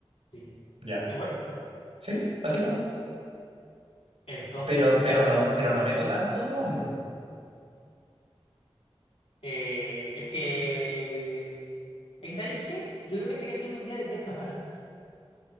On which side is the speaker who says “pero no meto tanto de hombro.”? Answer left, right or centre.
Right